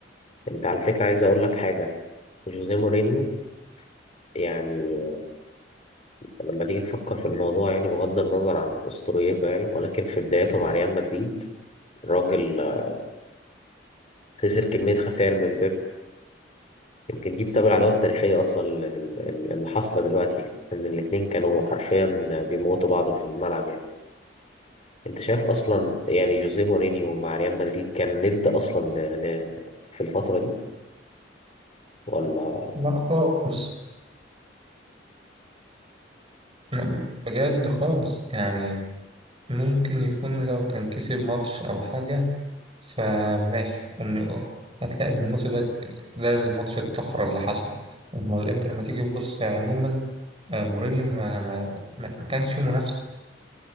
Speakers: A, on the left (about 40°); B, on the right (about 30°).
A: أنت على فكرة عايز أقول لك حاجة جوزيه مورينيو يعني لما تيجي تفكر في الموضوع يعني بغض النظر عن أسطوريته يعني ولكن في بداياته مع ريال مدريد الراجل آه، خسر كمية خسائر من بيب يمكن دي بسبب العداوة التاريخية أصلا ال- ال- ال- اللي حاصلة دلوقتي إن الاتنين كانوا حرفيا بيموتوا بعض في الملعب يعني أنت شايف أصلا يعني جوزيه مورينيو مع ريال مدريد كان ند أصلا ل... ل... في الفترة دي ولا
B: لا خالص لا، بجد خالص يعني ممكن يكون لو كان كسب ماتش أو حاجة فماشي أم- هتلاقي إن الماتش ده ده الماتش الطفرة اللي حصل أمال أنت لما تيجي تبص عموما آه، مورينيو ما, ما, ما ما كانش فيه منافسة